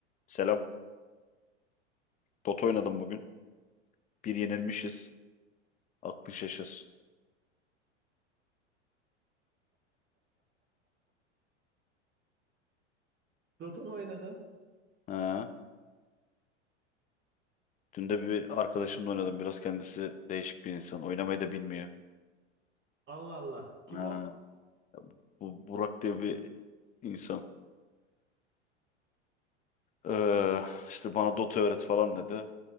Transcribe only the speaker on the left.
Selam. Dota oynadım bugün. Bir yenilmişiz. Aklın şaşır.
Ha. Dün de bir arkadaşımla oynadım. Biraz kendisi değişik bir insan. Oynamayı da bilmiyor.
Ha.
Bu Burak diye bir insan. Ee, işte bana Dota öğret falan dedi.